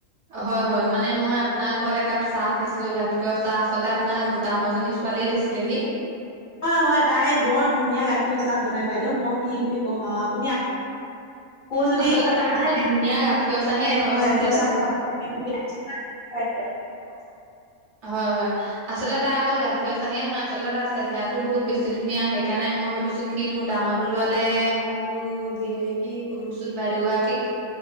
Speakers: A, on the right; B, on the left.
A: হয় হয় মানে মই আপোনাৰ ঘৰত একাপ চাহ খাইছিলোঁ, গাখীৰৰ চাহ, আচলতে আপোনাৰ ডাঙৰজনী ছোৱালীয়ে দিছিলেহি।
B: হয় হয়, তাই বৰ ধুনীয়া গাখীৰ চাহ বনাই বাইদেউ, মই কি বুলি ক'ম আৰু আপুনি আকৌ যদি
A: আচলতে তাই
B: ভালকে
A: ধুনীয়া গাখীৰ
B: <unintelligible>
A: চাহেই
B: এনেকুৱা
A: নহয় গম
B: গাখীৰ
A: পাইছে তাই
B: চাহ খাম <unintelligible> অ <unintelligible>
A: হয় হয়। আচলতে তাৰ অকল গাখীৰ চাহেই নহয়, আলতে তাৰ চেহেৰাতটো বহুত বেছি ধুনীয়া, সেইকাৰণে মই ভাবিছোঁ কি মোৰ ডাঙৰ টো লৰালে মই বোলোঁ দিয়ে নেকি, সুধোচোন বাইদেউ গৰাকীক।